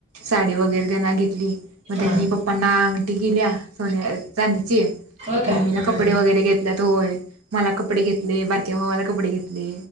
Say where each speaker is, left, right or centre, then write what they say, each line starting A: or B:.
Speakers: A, on the right (about 65°); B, on the right (about 30°).
A: साडी वगैरे त्यांना घेतली. मग
B: हा
A: त्यांनी पप्पांना अंगठी केल्या. सोन्या चांदीची.
B: होय काय
A: मम्मीला
B: हम्म
A: कपडे वगैरे घेतल्यात. होय मला कपडे घेतले. बारक्या भावाला कपडे घेतले.